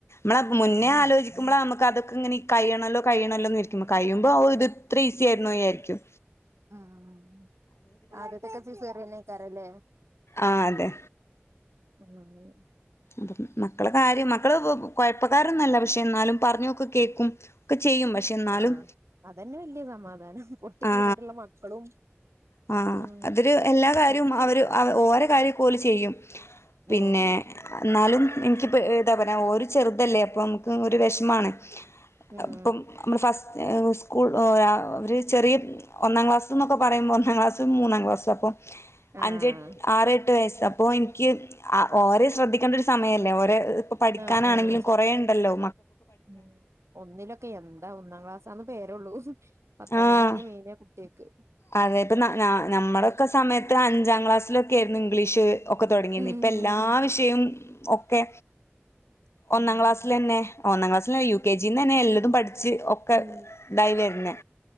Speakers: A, on the left; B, on the right.
A: നമ്മള മുന്നേ ആലോചിക്കുമ്പള നമുക്ക് അതക്കെ ഇങ്ങനെ കഴ്യണല്ലോ കഴ്യണല്ലോ എന്ന് വിരിക്കും കഴിയുമ്പോഓ ഇത്ര ഈസി ആയിരുന്നോ യായിരിക്കും
B: ആ ആ ആ ആദ്യത്തതൊക്കെ സിസേറിയനെ ആകാരം അല്ലെ
A: ആ അതെ
B: ഉം
A: മ് മക്കള് കാര്യം മക്കള് കുഴപ്പക്കാരൊന്നും അല്ല പക്ഷെ എന്നാലും പറഞ്ഞോക് കേക്കും ഒക്കെ ചെയ്യും പക്ഷേ എന്നാലും
B: ആഹ് അതന്നെ വല്യ സമാധാനം പൊട്ടി
A: ആ
B: പീരീഡ്ള്ള മക്കളും
A: ആ
B: ഉം
A: അതൊര് എല്ലാ
B: അങ്ങനൊക്കെ
A: കാര്യവും അവര് ഓര കാര്യക്കെ ഒര് ചെയ്യും പിന്നെ
B: ആഹ്
A: ന്നാലും എനിക്കിപ്പേ താ പറയാ ഒരു ചെറുതല്ലേ അപ്പോൾ നമുക്ക് ഒരു വെഷമാണ്
B: ഉം
A: ഇപ്പം നമ്മ ഫസ്റ്റ് ഏ സ്കൂൾ അവര് ചെറിയ ഒന്നാം ക്ലാസ് എന്നൊക്കെ പറയുമ്പോൾ ഒന്നാം ക്ലാസ്സും മൂന്നാം ക്ലാസ്സും അപ്പോ
B: ആഹ്
A: അഞ്ചട്ട് ആറ്ട്ട് വയസ് അപ്പോ എനിക്ക് ഓരെ ശ്രദ്ധിക്കേണ്ട ഒരു സമയമല്ലേ ഓരെ ഇപ്പൾ പഠിക്കാനാണെങ്കിലും
B: ആഹ് ആഹ്
A: കൊറേണ്ടല്ലോ
B: ഉം ഒന്നിലൊക്കെ എന്താ ഒന്നാം ക്ലാസാന്ന് പേരുള്ളൂ പത്താം
A: ആഹ്
B: ക്ലാസ്സിന്റെ മേനിയാ കുട്ട്യാക്ക്
A: അതെ ഇപ്പ നമ്മളൊക്കെ സമയത്ത് അഞ്ചാം ക്ലാസ്സിലൊക്കെ ആയിരുന്നു ഇംഗ്ലീഷ് ഒക്കെ തുടങ്ങിയത്
B: ഉം
A: ഇപ്പല്ല എല്ലാ വിഷയും ഒക്കെ
B: ഉം
A: ഒന്നാം ക്ലാസ്സിലെന്നെ ഒന്നാം ക്ലാസ്സിൽ യു കെ ജിന്ന് തന്നെ എല്ലതും പഠിച്ച് ഒക്കെ
B: ഉം
A: ഇതായി വരുന്നേ